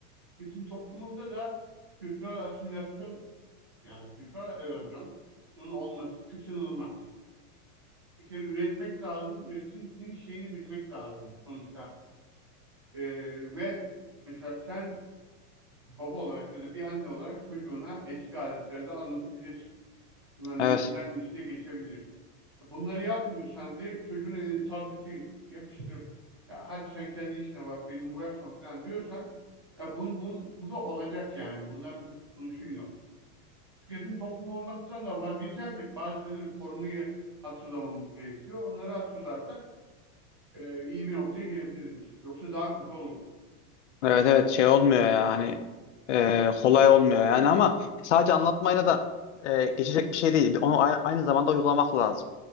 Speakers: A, on the right (about 20°); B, on the left (about 55°).
A: Tüketim toplumunda da kültürel asimilasyon, yani kültürel erozyonun olması kaçınılmaz. Bir kere üretmek lazım, üretimin şeyini bilmek lazım sonuçta. E, ve mesela sen baba olarak ya da bir anne olarak çocuğuna eski aletleri de anlatabilirsin. Bunların
B: Evet
A: içinden de geçebilir. Bunları yapmıyorsan direkt çocuğun eline tableti yapıştırıp ya hadi sen kendi işine bak benimle uğraşma falan diyorsan ya bu, bu, bu da olacak yani. Bundan bir kurtuluşun yok. Tüketim toplumu olmaktan da vazgeçersek bazı şeyleri korumayı hatırlamamız gerekiyor. Onları hatırlarsak e, iyi bir noktaya gelebiliriz. Yoksa daha kötü olur.
B: evet evet şey olmuyor ya hani e, kolay olmuyor yani ama sadece anlatmayla da e, geçecek bir şey değil. Onu a- aynı zamanda uygulamak lazım.